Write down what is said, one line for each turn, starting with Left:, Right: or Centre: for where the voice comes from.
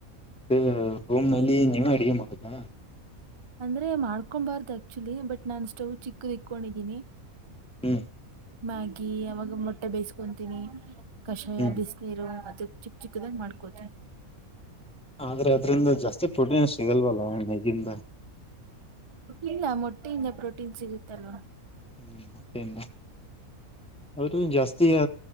Centre: ಹ್ಮ್ ರೋಮ್ ನಲ್ಲಿ ನೀವೇ ಅಡಗೆ ಮಾಡಬೇಕಾ.
Right: ಅಂದ್ರೆ ಮಾಡ್ಕೊಬಾರ್ದು ಆಕ್ಚುಲಿ ಬಟ್ ನಾನ್ ಸ್ಟವ್ ಚಿಕ್ಕದು ಇಕೊಂಡಿದೀನಿ
Centre: ಹ್ಮ್
Right: ಮ್ಯಾಗಿ ಅವವಾಗ ಮೊಟ್ಟೆ ಬೇಯಿಸ್ಕೊತೀನಿ ಕಷಾಯ
Centre: ಹ್ಮ್
Right: ಬಿಸಿನೀರು ಅದು ಚಿಕ್ಕ ಚಿಕ್ಕದಾಗಿ ಮಾಡ್ಕೋತಿನಿ.
Centre: ಆದ್ರೆ ಅದ್ರಿಂದ ಜಾಸ್ತಿ ಪ್ರೋಟೀನ್ ಸಿಗಲ್ವಲ್ಲ ಹಣ್ಣಿಗಿಂದ
Right: ಇಲ್ಲ ಮೊಟ್ಟೆಯಿಂದ ಪ್ರೋಟೀನ್ ಸಿಗುತ್ತಲ್ವಾ.
Centre: ಹ್ಮ್ ಮತ್ತೇನು ಅದು ಜಾಸ್ತಿಯಾ